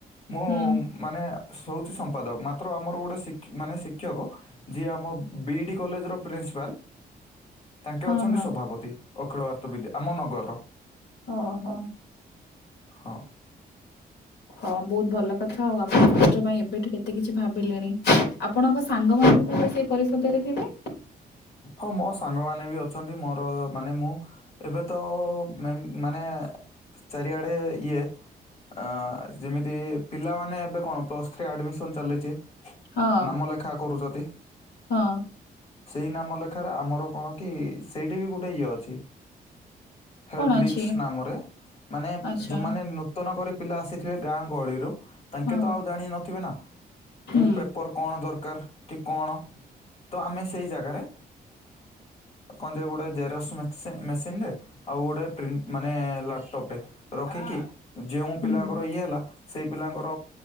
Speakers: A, on the left (about 40°); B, on the left (about 85°).
A: ମୁଁ
B: ହୁଁ
A: ମାନେ ସଉଥି ସମ୍ପାଦକ ମାତ୍ର ଆମର ଗୋଟେ ମାନେ ଶିକ୍ଷକ। ଯିଏ ଆମ ବିଇ ଡି କଲେଜର ପ୍ରିନ୍ସିପାଲ ତାଙ୍କେ
B: ହଁ
A: ଅଛନ୍ତି
B: ହଁ।
A: ସଭାପତି। ଅଖିଳ ଭାରତ ବିଦ୍ୟା ଆମ ନଗରର।
B: ଓହ।
A: ହଁ।
B: ହଁ ବହୁତ ଭଲ କଥା ଆଉ ଆପଣଙ୍କ କଷ୍ଟ ପାଇଁ ଏବେଠୁ ଏତେ କିଛି ଭାବିଲେଣି। ଆପଣଙ୍କ ସାଙ୍ଗମାନେ ବି ତ ସେହି ପରିଷଦରେ ଥିବେ।
A: ହଁ ମୋ ସାଙ୍ଗମାନେ ବି ଅଛନ୍ତି ମୋର ମାନେ ମୁଁ। ଏବେ ତ ମାନେ ଚାରିଆଡେ ଇଏ। ଅ ଯେମିତି ପିଲାମାନେ ଏବେ କଣ ପ୍ଲସ୍ ଥ୍ରୀ ଆଡମିସନ ଚାଲିଛି।
B: ହଁ
A: ନାମ ଲେଖା କରୁଛ
B: ହଁ
A: ସେହି ନାମ ଲେଖାରେ ଆମର କଣକି ସେଇଠି ବି ଗୋଟେ ଇଏ ଅଛି। ହେଲ୍ପ
B: କଣ ଅଛି
A: ଡିସ୍ ନାମରେ ମାନେ
B: ଆଚ୍ଛା
A: ଯୋଉମାନେ କର୍ତ୍ତନ କରି ପିଲା ଆସିଥିବେ ଗାଁ ଗହଳିରୁ ତାଙ୍କେ
B: ହଁ
A: ତ ଆଉ ଜାଣ ନଥିବେ ନା,
B: ହୁଁ।
A: କୋଉ ପେପର କଣ ଦରକାର କଣ ତ ଆମେ ସେଇ ଜାଗାରେ କତ ଗୋଟେ ଜେରକ୍ସ ମେକସିନ୍ ମେସିନ ରେ। ଆଉ ଗୋଟେ ପ୍ରିଣ୍ଟ ମାନେ ଲାପଟପରେ ରଖିକି, ଯେଉ
B: ହୁଁ
A: ପିଲାଙ୍କର ଇଏ ହେଲା ସେଇ ପିଲାଙ୍କର